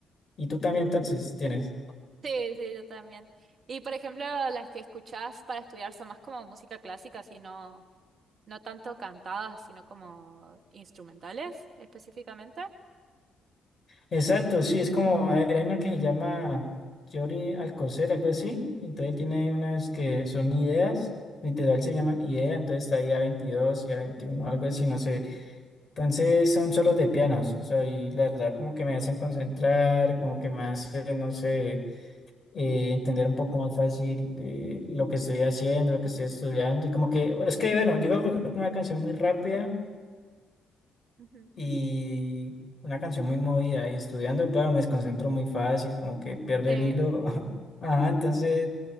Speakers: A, on the left; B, on the right.
A: Y tú también entonces tienes.
B: Sí, sí, yo también. Y por ejemplo, las que escuchás para estudiar son más como música clásica, sino no no tanto cantadas, sino como instrumentales específicamente.
A: Exacto, sí, es como, a ver, hay una que se llama Yori Alcocer, algo así. Entonces él tiene unas que son ideas, literal se llaman idea, entonces está ahí a veintidós y a veintiuno, algo así, no sé. Entonces son solos de pianos, o sea, y la verdad como que me hacen concentrar, como que me hacen, no sé, eh, entender un poco más fácil eh, lo que estoy haciendo, lo que estoy estudiando. Y como que, es que, bueno, llego a colocar una canción muy rápida
B: Ujú.
A: y una canción muy movida y estudiando, claro, me desconcentro muy fácil, como que pierdo
B: Sí.
A: el hilo. <laughs> Ajá, entonces,